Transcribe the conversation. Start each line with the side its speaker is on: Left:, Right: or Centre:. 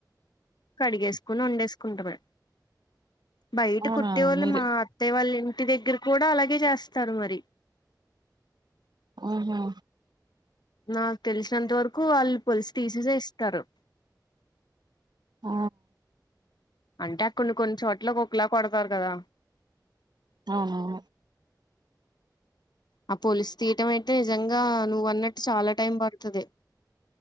Left: కడిగేసుకుని వండేసుకుంటామే బయట
Right: అవునా
Left: కుట్టేవాళ్ళు
Right: మీరే
Left: మా అత్తయ్య వాళ్ళుం ఇంటి దగ్గర కూడా అలాగే చేస్తారు మరి
Right: ఆహా
Left: నాకు తెలిసినంత వరకు వాళ్ళు పోలిసి తీసేసే ఇస్తారు
Right: ఆ
Left: అంటే అ కొన్ని కొన్ని చోట్ల ఒక్కలా కొడతారు కదా
Right: అవును
Left: ఆ పోలిస్ తీయటం అయితే నిజంగా నువ్వు అన్నట్టు చాలా టైం పడుతది.